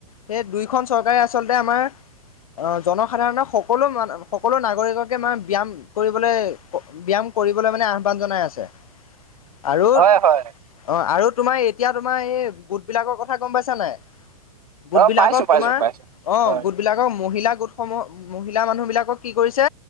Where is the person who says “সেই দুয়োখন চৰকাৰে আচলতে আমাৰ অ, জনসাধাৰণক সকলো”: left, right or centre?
Left